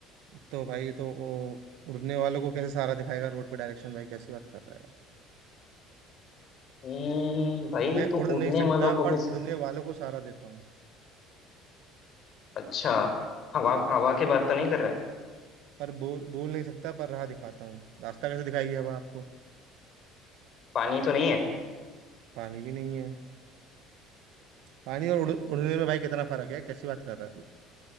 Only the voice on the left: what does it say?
हम्म, भाई
तो
उड़ने
वालों को
भी
सम...
अच्छा हवा
हवा की बात तो नहीं कर रहा है
पानी तो नहीं है